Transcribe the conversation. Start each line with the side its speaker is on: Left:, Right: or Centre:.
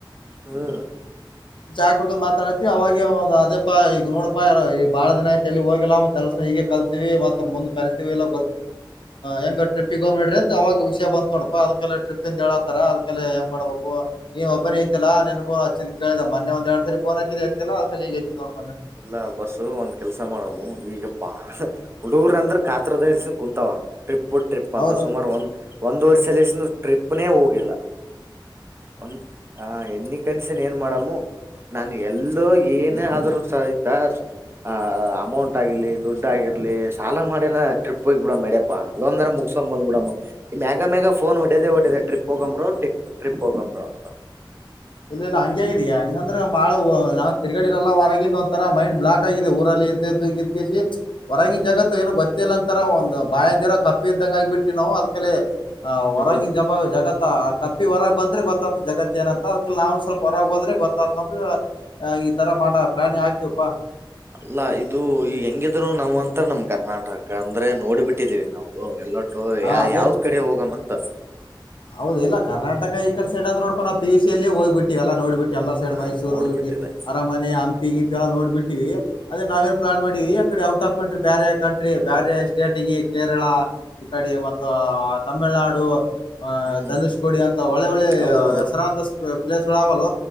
Right: ಹ್ಮ
Left: ಚಾ್ ಕುಡಕ್ ಮಾತಾಡತಿ ಅವಾಗ ಒ್ ಅದೇಪಾ ಈಗ ನೋಡಪಾ ಯಾರ ಈ ಬಾಳ ದಿನ ಐತಿ ಎಲ್ಲಿ ಹೋಗಲ್ಲ ಮತ್ತ ಕೆಲಸ ಹೀಗೆ ಕಲ್ತೀವಿ ಮತ್ತೆಂದ್ ಕಲ್ತತಿವಿ ಇಲ್ಲ ಹೆಂಗ ಟ್ರಿಿಗೆಗೋಗ್ಡ್ರಿ ಅಂತ ಆಾಗಷ ಬಂದ ನೋಪ ಅದಕ ಟ್ರಿಪ್ ಇಂದ ಹೇಳತಾರ ಅದಕೇ ಹೆಂಗ ಮಾಡ್ಬೇಕು ನೀನ್ ಒಬ್ಬೇ ಇಐ ಇಲ್ಲ ನನ್ಗು ಹಚ್ಚಿದ ಕೇಳಿದೆ ಮೊೆ ಒಂದ ಎರಡ್ ಸರಿ ಬೋನ್ ಹಚ್ಚಿದ್ ಎತ್ತಿಲ್ಲ ಅದಕಲ್ಲಿ ಈಗ ಎಚ್ಚಿದ ನೋ
Right: ಇಲ್ಲ ಬಸ್ಸು ಒಂದ್ ಕೆಲ್ಸ ಮಾಡಮ್ಮ ಈಗ ಬಾಳ ಹುಡುಗರ ಅಂದ್ರ ಕಾತ್ರದ ಇಲ್ಸನ್ ಕುೂಂತ ಅವ ಟ್ರಿಪ್ ಟ್ರಿಪ್ ಅಂತ
Left: ಹೌದು
Right: ಸುಮಾರು ಒಂದು ಒಂದ್ವರ್ ಸಲಸ ಟ್ರಿಪ್ನೇ ಹೋಗಿಲ್ಲ ಒನ್ ಹ ಎ ಕಂಡಷನ್ ಏನ್ ಮಾಡಮ್ಮ ನಾನ ಎಲ್ಲೋ ಏನ ಆದ್ರ ಆ್ತ ಅ ಅಮೌಂಟ್ ಆಗಿಲಿ ದುಡ್ ಆಗಿರ್ಲಿ ಸಾಲ ಮಾಡೇನ ಟ್ರಿಪ್ ಹೋಗಿ ಬಿಡಮ್ ಯಡ್ಯಪಾ ಅದೊಂದನ ಮುಗಸಕೊಂಡ್ ಬಂದ್ ಬಿಡಮ್ ಮೇಘ ಮೇಗ ಫೋನ್ ಹೊಡೇದೆ ಹೊಡದ ಟ್ರಿಪ್ ಹೋಗಂಬರು ಿ ಟ್ರಿಪ್ ಹೋಗಂಬರು ಅಂತ
Left: ಇಲ್ಲ ಇಲ್ಲ ಹಂಗ ಆಗಿದ ಹಂಗಂದ್ರ ಬಾಳ ನಾವ್ ತಿಗಡಿರಲ್ಲ ಹೊರಗಂದು ಒಂಥರ ಮೈಂಡ್ ಬ್ಲಾಕ್ ಆಗಿದೆ ಊರಲ್ಲಿ ಎದ್ದು ಎದ್ದು ಇದ್ಗಿಸಿಿ ಹೊರಂಗಿಿನ ಜಗತ್ ಏನೋ ಗೊತ್ತಿಲ್ಲ ಅಂತಾರ ಒಂದು ಬಾಯಂದಿರ ಕಪ್ಪಿ ಇದ್ದಂಗ ಆಗಬಿಟ್ಟಿ ನಾವು ಅದಕಲ್ಲಿ ಹ ಹೊರಾಂಗಿಿನ
Right: ಹೌದ
Left: ಜಬ ಜಗತ್ತಾ ಅಪ್ಪಿ ಹೊರಗ ಬಂದ್ರ ಗೊತ್ತಾಯ್ದು ಜಗತ್ತ ಏನ ಅಂತ ನಾವ ಸ್ವಲ್ಪ ಹೊರಗೆ ಹೋದ್ರೆ ಗೊತ್ತಾತಂದ ಆ ಈ ತರ ಮಾಡ ಪ್ಲಾನಿ ಹಾಕಿವಪ್ಪ
Right: ಅಲ್ಲಾ ಇದು ಈ ಹೆಂಗಿದ್ರು ನಾವು ಅಂತ ನಮ್ ಕರ್ನಾಟಕ ಅಂದ್ರೆ ನೋಡಿಬಿಟ್ಟಿದೀವಿ ನಾವು ಎಲ್ಲ
Left: ಹಾ
Right: ಯ
Left: ಅದೇ
Right: ಯಾವ್ದ್ ಕಡೆ ಹೋಗಮ <unintelligible>
Left: ಹೌದ ಇಲ್ಲ ಕರ್ನಾಟಕ ಈಡ ಸೈಡ್ ಅದ ನೋಡ್ಪ ನಾ ಪಿಯುಸಿ ಯಲ್ಲಿ ಹೋಗ್ಬಿಟ್ಟಿ ಎಲ್ಲ ನೋಡಿ ಬಿಟ್ಟು ಎಲ್ಲಾ ಸೈಡ್
Right: ಹಾ
Left: ಮೈಸೂರು
Right: ನೋಡ್ಬಿಟ್ಟಿದೆ
Left: ಅರಮನೆ ಹಂಪಿ ಗಿಂಪಿ ನೋಡ್ ಬಿಟ್ಟಿವಿ ಅದನ್ನ ನಾವೇನ್ ಪ್ಲಾನ್ ಮಾಡಿವಿ ಅಕಡೆ ಔಟ್ ಆಫ್ ಕಂಟ್ರಿ ಬೇರೆ ಕಂಟ್ರಿ ಬೇರೆ ಸ್ಟೇಟ್ಗ ಕೇರಳ ಈ ಕಡೆ ಮತ್ತು ತಮಿಳುನಾಡು. ದೋ ಆಹ
Right: ಹ್ಮ್
Left: ಧನುಷ್ ಗೋಡಿ ಅಂತ ಒಳ್ಳೆ ಒಳ್ಳೆ
Right: ಹೌದೌದು
Left: ಹೆಸರಾಂತ ಪ್ಲೇಸ್ ಅವ ಅಲ್ಲೋ